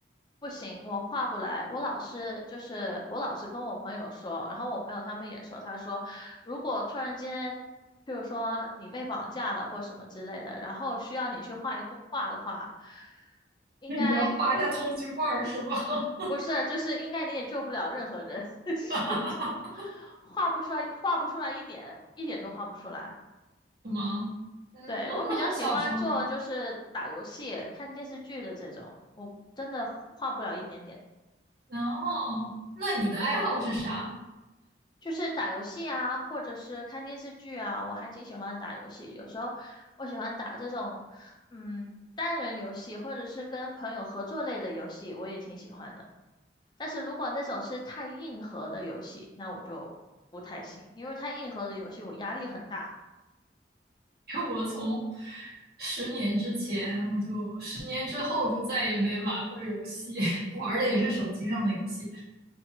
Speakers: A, on the left; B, on the right.
A: 不行，我画不来。我老是就是我老是跟我朋友说，然后我朋友他们也说，他说如果突然间，比如说你被绑架了或什么之类的，然后需要你去画一幅画的话，应该
B: 那你要画一下通缉犯儿是吧？
A: 不是，就是应该你也救不了任何人，<laughs> 就是
B: <laughs> 哈哈哈！
A: 画不出来，画不出来一点，一点都画不出来。
B: 什么？嗯，
A: 对，
B: 我可能小熊。
A: 我比较喜欢做就是打游戏、看电视剧的这种，我真的画不了一点点。
B: 然后，那你的爱好是啥？
A: 就是打游戏啊，或者是看电视剧啊，我还挺喜欢打游戏。有时候我喜欢打这种，嗯，单人游戏，或者是跟朋友合作类的游戏，我也挺喜欢的。但是如果那种是太硬核的游戏，那我就不太行，因为太硬核的游戏我压力很大。
B: <laughs> 我从十年之前，我就十年之后就再也没玩过游戏，<laughs> 玩的也是手机上的游戏